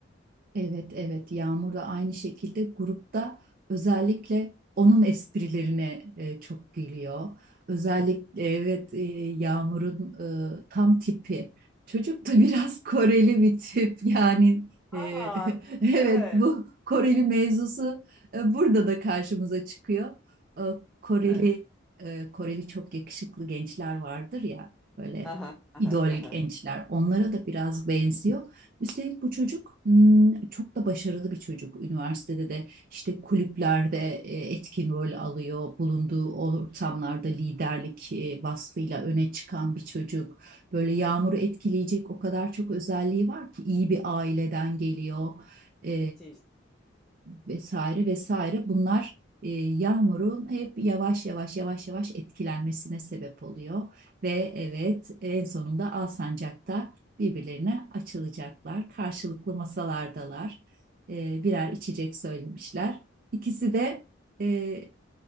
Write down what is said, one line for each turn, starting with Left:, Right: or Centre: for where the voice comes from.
Right: Evet evet Yağmur da aynı şekilde grupta özellikle onun esprilerine e, çok gülüyor. Özellikle evet e, Yağmur'un e, tam tipi. Çocuk da <laughs> biraz Koreli bir tip yani e,
Centre: Aa,
Right: <laughs> evet
Centre: evet,
Right: bu Koreli mevzusu e, burada da karşımıza çıkıyor. E, Koreli
Centre: evet.
Right: e, Koreli çok yakışıklı gençler vardır ya böyle
Centre: Aha, aha,
Right: idol
Centre: aha.
Right: gençler onlara da biraz benziyor. Üstelik bu çocuk hmm, çok da başarılı bir çocuk. Üniversitede de işte kulüplerde e, etkin rol alıyor. Bulunduğu ortamlarda liderlik e, vasfıyla öne çıkan bir çocuk. Böyle Yağmur'u etkileyecek o kadar çok özelliği var ki iyi bir aileden geliyor. E,
Centre: Müthiş.
Right: vesaire vesaire. Bunlar e, Yağmur'un hep yavaş yavaş yavaş yavaş etkilenmesine sebep oluyor. Ve evet en sonunda Alsancak'ta birbirlerine açılacaklar. Karşılıklı masalardalar. E, birer içecek söylemişler. İkisi de e,